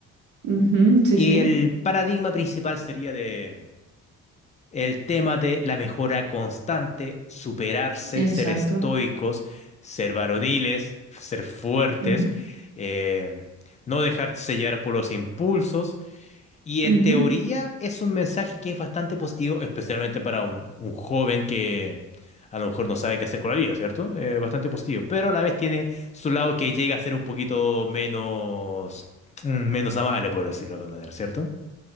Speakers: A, on the right; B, on the left.
A: Ujú, sí,
B: Y
A: sí.
B: el paradigma principal sería de El tema de la mejora constante, superarse,
A: Exacto.
B: ser estoicos, ser varoniles, ser fuertes,
A: Ujú,
B: eh, no dejarse sellar por los impulsos. Y
A: ujú.
B: en teoría es un mensaje que es bastante positivo, especialmente para un, un joven que a lo mejor no sabe qué hacer con la vida, ¿cierto? Eh, bastante positivo. Pero a la vez tiene su lado que llega a ser un poquito menos, mm, menos amable, por decirlo de alguna manera, ¿cierto?